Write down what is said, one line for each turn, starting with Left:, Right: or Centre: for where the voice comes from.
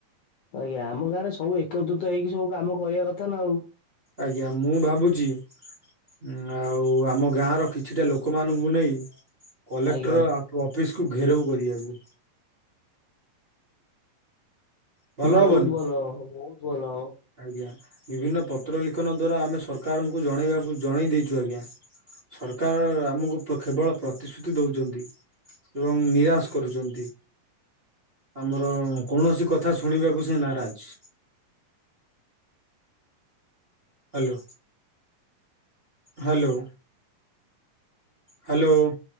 Left: ଆଜ୍ଞା, ଆମ ଗାଁରେ ସବୁ ଏକତ୍ରୁତ ହେଇକି ସବୁ କାମ କରିବା କଥା ନା ଆଉ।
Right: ଆଜ୍ଞା, ମୁଁ ଭାବୁଛି। ହଁ, ଆଉ ଆମ ଗାଁ ର କିଛିଟା ଲୋକମାନଙ୍କୁ ନେଇ, କଲେକ୍ଟର
Left: ଆଜ୍ଞା।
Right: ଅଫିସକୁୁ ଘେରଉ କରିବାକୁ। ଭଲ
Left: ବହୁତ
Right: ହବନି
Left: ଭଲ ହ, ବହୁତ ଭଲ ହବ।
Right: ଆଜ୍ଞା, ବିଭିନ୍ନ ପତ୍ର ଲିଖନ ଦ୍ଵାରା ଆମେ ସରକାରଙ୍କୁ ଜଣେଇବାକୁ, ଜଣେଇ ଦେଇଛୁ ଆଜ୍ଞା। ସରକାର ଆମକୁ କେବଳ ପ୍ରତିଶ୍ରୁତି ଦଉଚନ୍ତି। ଏବଂ ନିରାଶ କରୁଚନ୍ତି। ଆମର କୌଣସି କଥା ଶୁଣିବାକୁ ସେ ନାରାଜ। ହ୍ୟାଲୋ। ହ୍ୟାଲୋ। ହ୍ୟାଲୋ।